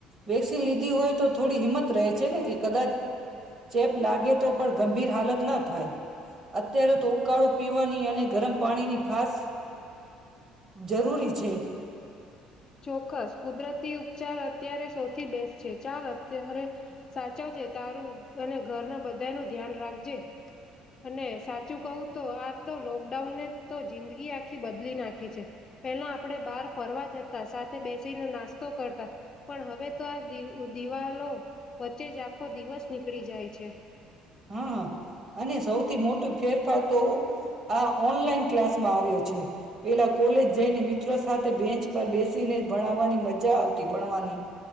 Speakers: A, on the right; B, on the left.
A: વેક્સિન લીધી હોય તો થોડી હિંમત રહે છે ને કે કદાચ ચેપ લાગે તો પણ ગંભીર હાલત ના થાય અત્યારે તો ઉકાળો પીવાની અને ગરમ પાણીની ખાસ જરૂરી છે.
B: ચોક્કસ કુદરતી ઉપચાર અત્યારે સૌથી બેસ્ટ છે ચાલ અત્યારે સાચવજે તારું અને ઘરના બધા નું ધ્યાન રાખજે અને સાચું કહું તો આ તો લોકડાઉનને તો જિંદગી આખી બદલી નાખી છે પેલા આપણે બહાર ફરવા જ સાથે બેસીને નાસ્તો કરતા પણ હવે તો આ દિવાલો વચ્ચે જ આખો દિવસ નીકળી જાય છે
A: હા. અને સૌથી મોટું ફેરફાર તો આ ઓનલાઈન ક્લાસમાં આવ્યો છે પેલા કોલેજ જઈને મિત્રો સાથે બેન્ચ પર બેસીને ભણાવવાની મજા આવતી ભણવાની